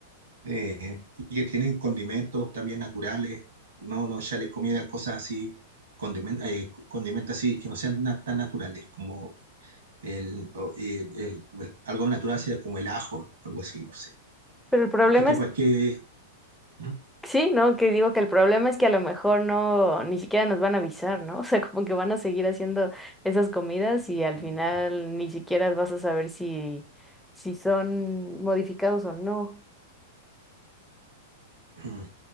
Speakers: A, on the right (about 85°); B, in the centre.
A: eh, y que tienen condimentos también naturales, no, no echarle comida, cosas así, condimen- eh, condimentos así que no sean na- tan naturales, como el, o- el- el- pues, algo natural sea como el ajo, algo así, no sé.
B: Pero el problema
A: Es que te
B: es
A: pa- que ¿Mm? <clears throat>
B: Sí, ¿no? Que digo que el problema es que a lo mejor no, ni siquiera nos van a avisar, ¿no? <laughs> O sea, como que van a seguir haciendo esas comidas y al
A: Mm,
B: final ni siquiera vas a saber si, si son modificados o no.
A: mm.